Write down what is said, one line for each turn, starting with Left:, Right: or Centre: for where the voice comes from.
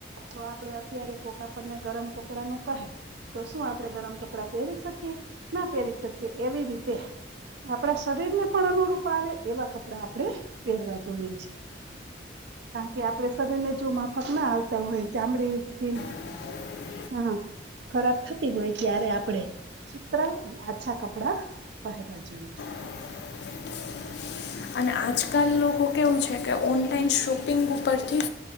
Right: તો આપડે અત્યારે કોક આપણને ગરમ કપડા નું કહે તો શું આપડે ગરમ કપડા પહેરી શકીએ ના પહેરી શકીએ એવી રીતે આપણા શરીર ને પણ અનુરૂપ આવે એવા કપડા આપણે પહેરવા જોઈએ છે કારણ કે આપડે શરીર ને જો માફક ના આવતા હોય ચામડીે
Left: હ
Right: હા ખરાબ થતી હોય ત્યારે આપણે સુતરા આછા કપડા પહેરવા જોઈએ
Left: <inaudible> અને આજકાલ લોકો કેવું છે કે ઓનલાઈન શોપિંગ ઉપરથી